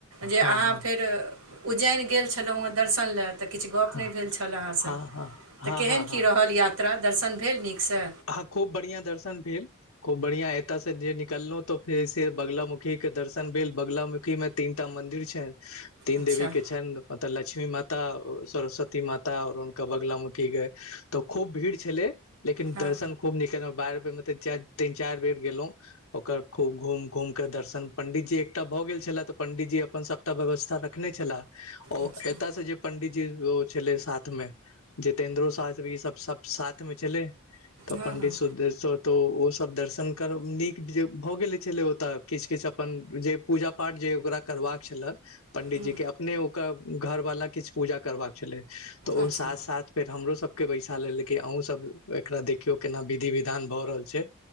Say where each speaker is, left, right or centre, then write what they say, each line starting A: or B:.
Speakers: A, on the right (about 85°); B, on the left (about 70°).
A: जे
B: हँ
A: अहाँ
B: हँ
A: फेर उज्जैन गेल छलहुँ हेँ दर्शन लए तऽ किछ गप
B: हँ
A: नहि भेल छल अहाँसँ
B: हँ हँ
A: तऽ
B: हँ
A: केहन
B: हँ हँ
A: की रहल यात्रा दर्शन भेल नीकसँ
B: हह खूब बढ़ियां दर्शन भेल खूब बढ़िया ऐता से निकलहु तऽ फेर बंगला मुुखी के दर्शन भेल बगंलामुखी मे तीन टा मदिर छनि तीन
A: अच्छा
B: देवी के छनि ओतऽ लक्ष्मी माता सरस्वती माता आओर हुनका बगंला मुखी त खूब भीड़ छलै लेकिन
A: हँ
B: दर्शन खूब नीक केलौ बारि पर मतलब तीन चारि बेर गेलों ओकर खूब घूम घुम के दर्शन पंडित जी एकटा भए गेल छले त पंडितजी अपन सबटा व्यवस्था रखने छलाे ओ
A: अच्छा
B: एतय से जे पंडित जी ओ छले साथ मे। जितेन्द्रो शास्त्री ई सब सब साथ मे छलै तऽ
A: हँ
B: पंडित
A: हँ
B: सुरेश्वर तऽ ओसभ दर्शन करब नीक जे भऽ गेल छलै ओतऽ किछ-किछ अपन जे पूजा पाठ जे ओकरा करबाक ज वर्णन पंडित
A: हूँ
B: जी के अपने ओकर घर वाला किछु पूजा करबाक छलै तऽ
A: अच्छा
B: ओ साथ-साथ। फेर हमरो सबके बैसा लेल कि अहूँ सब एकरा देखियौ केना विधि-विधान भऽ रहल छै?